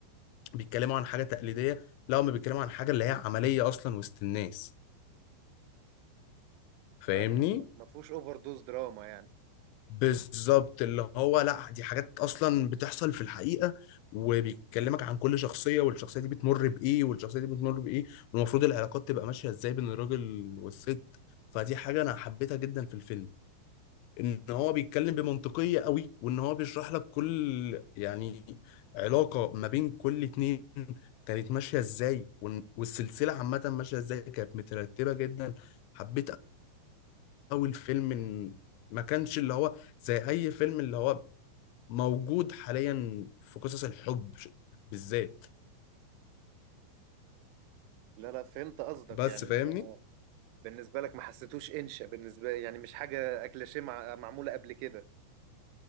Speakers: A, on the left; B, on the right.
A: بيتكلموا عن حاجه تقليديه لا هم بيتكلموا عن حاجه اللي هي عمليه اصلا وسط الناس فاهمني
B: فاهم قصدك ما فيهوش اوفر دوز دراما يعني
A: بالظبط اللي هو لا دي حاجات اصلا بتحصل في الحقيقه وبيكلمك عن كل شخصيه والشخصيه دي بتمر بايه والشخصيه دي بتمر بايه والمفروض العلاقات تبقى ماشيه ازاي بين الراجل والست فدي حاجه انا حبيتها جدا في الفيلم ان هو بيتكلم بمنطقيه قوي وان هو بيشرح لك كل يعني علاقه ما بين كل اتنين كانت ماشيه ازاي وإن- والسلسله عامه ماشيه ازاي كانت مترتبه جدا حبيت قوي الفيلم إن ما كانش اللي هو زي اي فيلم اللي هو موجود حاليا في قصص الحب ش- بالذات
B: لا لا فهمت قصدك
A: بس
B: يعني انت
A: فاهمني
B: بالنسبه لك ما حسيتوش انشا بالنسبه يعني مش حاجه اكليشيه مع... معموله قبل كده